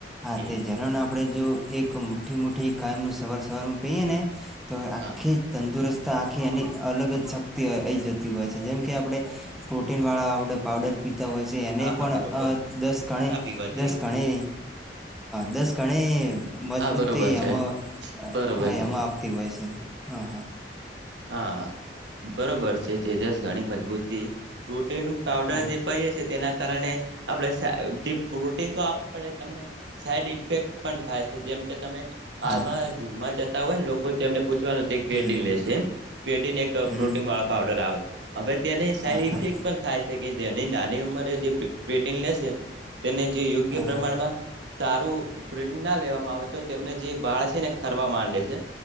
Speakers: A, in the centre; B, on the right (about 75°).
A: હા
B: હમ
A: તે ઝરણ આપ આપણે જો એક મુઠ્ઠી મોઠી કાયમનું સવાર સવારમાં પહીએ ને તો આ
B: હા
A: આખી જ તંદુરસ્ત આખી એની અલગ જ શક્તિ આઈ જતી હોય છે જેમ કે આપણે પ્રો પ્રન વાળાડ પાવડર પીતા હોય છે એને
B: હા હા
A: પણ
B: બરોબર
A: દસ ગણે
B: ના પીવા
A: દસ
B: જોઈએ.
A: ગણે. દસ ઘણે. મજબૂતી
B: હા બરોબર છે
A: એમાં
B: બરોબર
A: હા
B: છે.
A: એમાં આપતી હોય છે હા હા.
B: હા બરોબર છે જેદસ ગણી મજબૂતી ટૂ. પાવડર
A: હા
B: જે પઈએ છ છે તેના. કારણે આપણે પ્રોટીન તો આપે પડે તમને સાઈડ ઇફેક્ટ પણ થાય છે. તમે
A: હા
B: આાલ જીમમાં જતા હોય ને લોકો તેમને પૂછવાનું તે ક્રટીન
A: હમ
B: લેશે. પેન એક
A: હમ
B: પ્રોટીન વાળા પાવડર આવે હવે તેને સાઈડ
A: હા હા
B: ઇફેક્ટ પણ થાય છે. કે જેની નાની ઉંમરે જે પ્રોટીન લેશે તેને જે યોગ્ય
A: હા
B: પ્રમાણમાં. સારું ઈક્વિટી ના લેવામાં આવે તો તેમને જે ભાળ છે ને ખરવા માંડે છે.